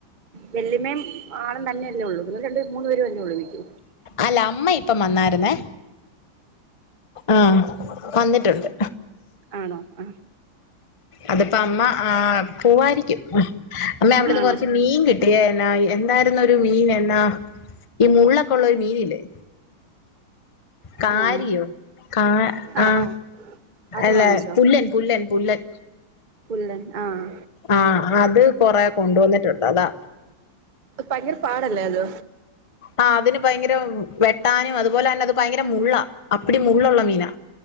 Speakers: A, on the right; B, on the left.
A: വെല്ലിമ്മയും ആളും തന്നെയല്ലേ ഉള്ളൂ നിങ്ങള് രണ്ട് പേര് മൂന്നു പേരല്ലേ ഉള്ളൂ വീട്ടി
B: അല്ല അമ്മ ഇപ്പം വന്നായിരുന്നേ ആഹ് വന്നിട്ടുണ്ട്
A: ആണോ ആ
B: അതിപ്പോ അമ്മ ആ പോവായിരിക്കും അമ്മ അവിടുന്ന്
A: ആണോ
B: കൊറച്ച് മീൻ കിട്ടിയായിരുന്നു എന്തായിരുന്നൊരു മീൻ എന്നാ ഈ മുള്ളൊക്കെ ഉള്ളൊരു മീനില്ലേ കാരിയോ
A: ആഹ്
B: കാ
A: ആഹ്
B: ആ
A: ആഹ് അത്
B: അല്ല
A: വാങ്ങിച്ചോ
B: പുല്ലൻ പുല്ലൻ പുല്ലൻ
A: പുല്ലൻ ആഹ്
B: ആ അത് കൊറെ കൊണ്ടുവന്നിട്ടുണ്ട് അതാ
A: ഭയങ്കര പാടല്ലേ അത്
B: ആ അതിന് ഭയങ്കര വെട്ടാനും അതുപോലെ തന്നെ അത് ഭയങ്കര മുള്ളാ അപ്പടി മുള്ളുള്ള മീനാ